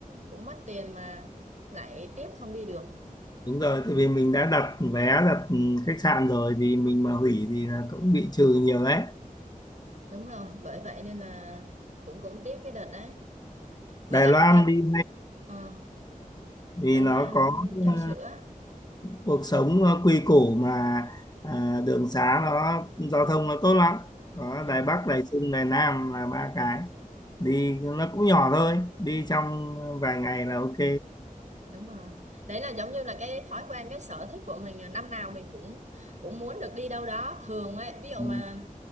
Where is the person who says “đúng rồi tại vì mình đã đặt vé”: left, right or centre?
Left